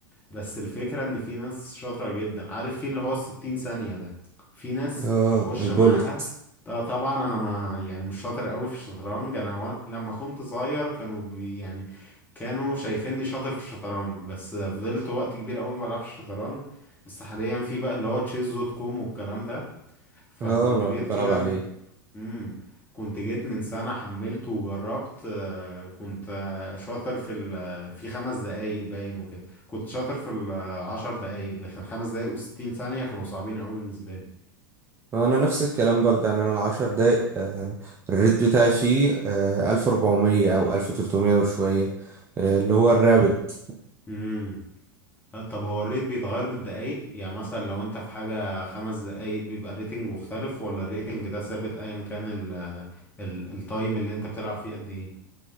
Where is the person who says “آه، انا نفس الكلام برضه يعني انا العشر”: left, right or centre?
Right